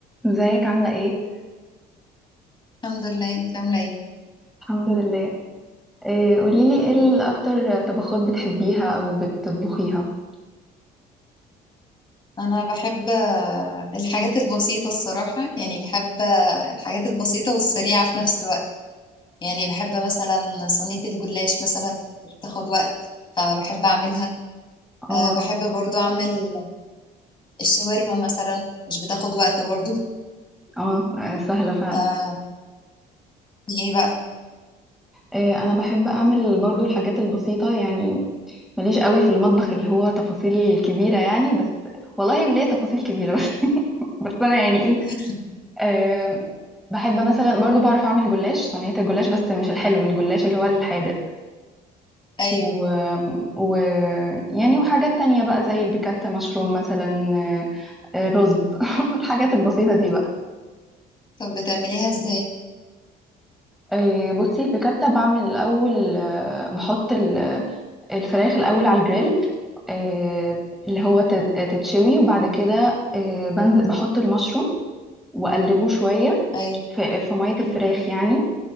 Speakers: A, in the centre; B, on the left (about 30°).
A: ازيك عاملة ايه؟
B: الحمد لله انت عامله ايه
A: الحمد لله إيه قوليلي
B: آه،
A: ايه ال- اكتر طبخات بتحبيها او بتطبخيها
B: انا بحب آه، الحاجات البسيطه الصراحه يعني بحب آه، الحاجات البسيطه والسريعه في نفس الوقت يعني بحب مثلا صينيه الجلاش مثلا مش بتاخد وقت فبحب اعملها
A: اه
B: أه بحب برضو اعمل الشاورما مثلا مش بتاخد وقت برضو
A: اه آه، سهلة فعلا
B: أه ايه بقى
A: إيه انا بحب اعمل برضو الحاجات البسيطة يعني ماليش قوي في المطبخ اللي هو تفاصيل كبيرة يعني بس والله وليه تفاصيل كبيرة بس <laughs> بس انا يعني ايه
B: <laughs>
A: آم، بحب مثلا برضو بعرف اعمل جلاش صينية الجلاش بس مش الحلو الجلاش اللي هو الحادق
B: ايوه
A: و... و... يعني وحاجات تانية بقى زي البيكاتا مشروم مثلا آه، آه، رز <laughs> الحاجات البسيطة دي بقى
B: طب بتعمليها ازاي
A: آه، بصي البيكاتا بعمل الأول آه، بحط ال- الفراخ الأول على الجريل آه، اللي هو تت- تتشوي وبعد كده آه، بنزل بحط المشروم وأقلبه شوية
B: ايوه
A: في في مية الفراخ يعني